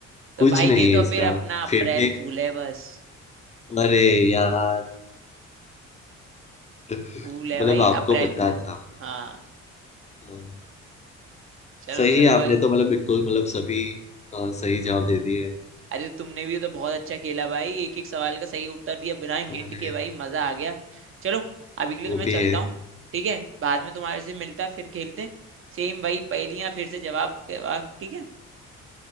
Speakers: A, on the right; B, on the left.
A: तो
B: कुछ
A: भाई
B: नहीं
A: ये
B: है
A: तो
B: इसका
A: फिर अपना अप्रैल
B: फिर भी
A: फूल है बस
B: अरे यार <laughs>
A: फूल
B: मतलब
A: है भाई
B: आपको
A: अप्रैल
B: पता
A: फूल
B: था है
A: हाँ
B: ना? हाँ,
A: चलो
B: सही
A: चलो
B: है
A: भाई
B: आपने तो मतलब बिल्कुल मतलब सभी अ, सही जवाब दे दिए
A: अरे तुमने भी तो बहुत अच्छा खेला भाई एक एक सवाल का सही उत्तर दिया बिना
B: अरे
A: हिंट के भाई मजा आ गया चलो अभी के लिए
B: वो
A: तो मैं
B: भी
A: चलता
B: है
A: हूँ ठीक है बाद में तुम्हारे से मिलता फिर खेलते सेम वही पहेलियां फिर से जवाब के बाद ठीक है